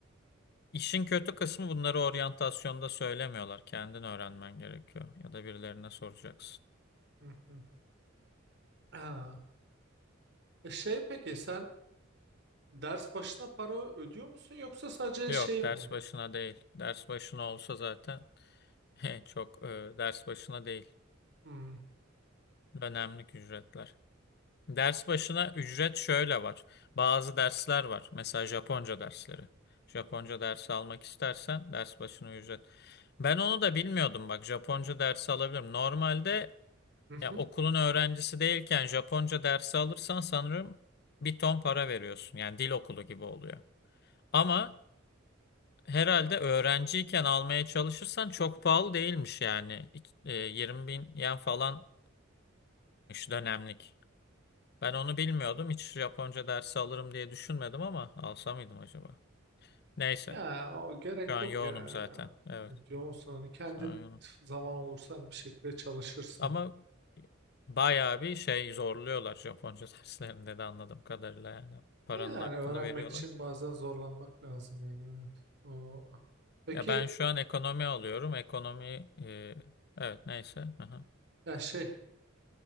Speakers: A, on the left (about 50°); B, on the right (about 55°).
A: İşin kötü kısmı bunları oryantasyonda söylemiyorlar. Kendin öğrenmen gerekiyor ya da birilerine soracaksın.
B: Hı hı. Ha. E, Şey peki sen ders başına para ödüyor musun yoksa sadece
A: Yok,
B: şey mi?
A: ders başına değil. Ders başına olsa zaten <laughs> çok e, ders başına değil.
B: Hmm.
A: Dönemlik ücretler. Ders başına ücret şöyle var. Bazı dersler var. Mesela Japonca dersleri. Japonca dersi almak istersen ders başına ücret. Ben onu da bilmiyordum bak. Japonca dersi alabilirim. Normalde
B: <laughs>
A: Ya okulun öğrencisi değilken Japonca dersi alırsan sanırım bir ton para veriyorsun. Yani dil okulu gibi oluyor. Ama herhalde öğrenciyken almaya çalışırsan çok pahalı değilmiş yani. İç- e, 20 bin yen falanmış dönemlik. Ben onu bilmiyordum. Hiç Japonca dersi alırım diye düşünmedim ama alsa mıydım acaba? Neyse.
B: Ya o gerek
A: Şu an
B: yok
A: yoğunum
B: ya.
A: zaten. Evet.
B: Evet, yoğunsun hani kendin
A: Şu an yoğunum.
B: zaman olursa hani bir şekilde çalışırsın.
A: Ama bayağı bir şey zorluyorlar Japonca <laughs> derslerinde de anladığım kadarıyla yani. Paranın
B: E, Yani
A: hakkını
B: öğrenmek
A: veriyorlar.
B: için bazen zorlanmak lazım yani evet. O... Peki
A: Ya ben şu an ekonomi alıyorum. Ekonomi e, evet neyse. Aha,
B: ya şey